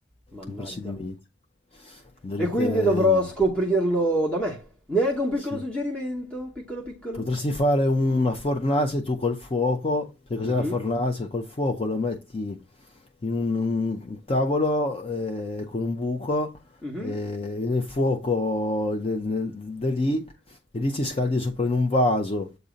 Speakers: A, in the centre; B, on the left.
A: Mannaggia.
B: Il procedimento. Dovrete...
A: E quindi dovrò scoprirlo da me. Neanche un piccolo
B: Sì.
A: suggerimento, piccolo piccolo.
B: Potresti fare una fornace tu col fuoco. Sai cos'è
A: Mhm.
B: la fornace? Col fuoco lo metti in un, un tavolo eh, con un buco
A: Mhm.
B: eh, nel fuoco del- nel- da lì e lì ci scaldi sopra in un vaso